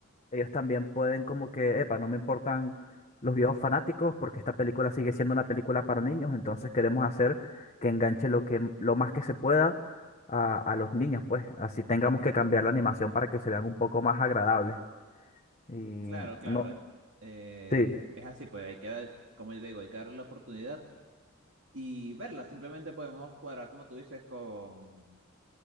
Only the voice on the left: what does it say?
ellos también pueden como que, epa, no me importan los viejos fanáticos porque esta película sigue siendo una película para niños, entonces queremos hacer que enganche lo que, lo más que se pueda a, a los niños, pues así tengamos que cambiar la animación para que se vean un poco más agradables. Y
no,
sí,